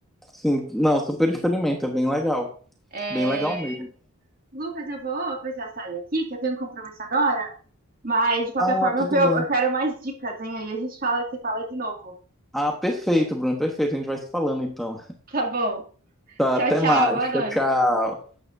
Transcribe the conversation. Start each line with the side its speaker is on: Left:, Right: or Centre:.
Centre: Sim, não, super experimenta, é bem legal.
Right: É,
Centre: Bem legal mesmo.
Right: Lucas, eu vou precisar sair aqui, que eu tenho um compromisso agora. Mas, de qualquer
Centre: Ah,
Right: forma,
Centre: tudo
Right: eu,
Centre: bem.
Right: eu quero mais dicas, hein? Aí a gente fala, se fala de novo.
Centre: Ah, perfeito, Bruno, perfeito. A gente vai se falando então.
Right: Tá bom.
Centre: Tá,
Right: Tchau,
Centre: até
Right: tchau.
Centre: mais.
Right: Boa
Centre: Tchau,
Right: noite.
Centre: tchau.